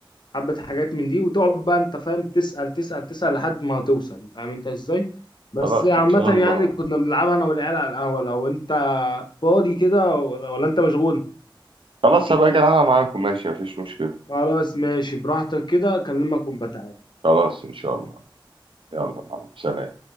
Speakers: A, on the left; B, on the right.
A: حبة حاجات من دي وتقعد بقى انت فاهم تسأل تسأل تسأل لحد ما هتوصل فاهم انت ازاي بس
B: خلاص
A: عامة
B: ان شاء
A: يعني
B: الله
A: كنا بنلعبها انا والعيال على القهوة لو انت فاضي كده ولا انت مشغول
B: خلاص هبقى اجي العبها معاكم ماشي مفيش مشكلة
A: خلاص ماشي براحتك كده اكلمك ونبقى تعالى
B: خلاص ان شاء الله يلا مع السلامة